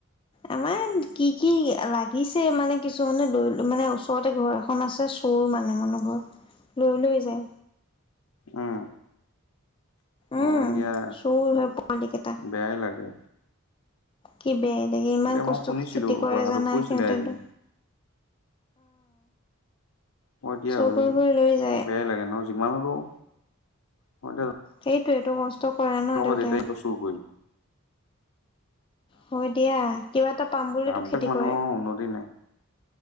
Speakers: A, on the left (about 25°); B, on the left (about 80°).
A: আমাৰ কি, কি লাগিছে মানে কিছুমানে ল মানে ওচৰতে ঘৰ এখন আছে। সৰু মানেহ, মনোহৰ লৈ, লৈ যায়।
B: উম,
A: উম,
B: অ, এতিয়য়া
A: চোৰ হয় পোৱালি কেইটা।
B: বেয়াই লাগে।
A: কি বেয় এ থাকে ইমান
B: এতিয়া
A: কষ্টকে
B: মই শুনিছিলো
A: খেতি কৰে
B: কথাটো
A: জানা
B: কৈছিলে
A: সিহঁতেতো।
B: এদিন মই এতিয়া
A: চুৰ
B: হ
A: কৰি কৰি লৈ যায়
B: বেয়াই লাগে ন যিমান হলেওঁ মই এতিয়া
A: সেইটোৱ এইটো কষ্ট কৰে ন
B: তোমালোকৰ
A: দেউতাই।
B: আকৌ চুৰ কৰি।
A: হয় দিয়া কিবা এটা পাম বোলিতো
B: কামবিলাক
A: খেতি
B: মানুহৰ
A: কৰে।
B: উন্নতি নাই।